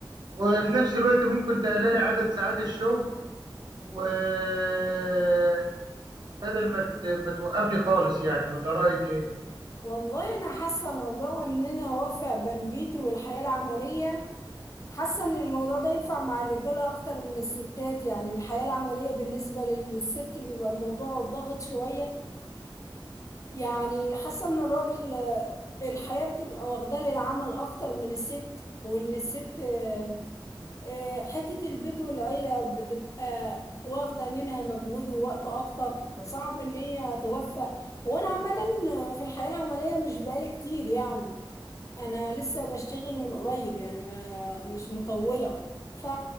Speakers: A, on the right (about 55°); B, on the left (about 40°).
A: وفي نفس الوقت ممكن تقللي عدد ساعات الشغل وبدل ما ت- ما توقفي خالص يعني ولا رايك ايه
B: والله انا حاسه موضوع ان انا اوفق بين بيتي والحياه العمليه حاسة ان الموضوع ده ينفع مع الرجالة اكتر من الستات يعني الحياة العملية بالنسبة للست بيبقى الموضوع ضاغط شوية يعني حاسة ان الراجل آه، الحياة بتبقى واخداه للعمل اكتر من الست وان الست آه، آه، حتة البيت والعيلة بتبقى واخدة منها مجهود ووقت اكتر فصعب ان هي توفق وانا عامة في الحياة العملية مش بقالي كتير يعني انا لسه بشتغل من قريب يعني ما مش مطوله ف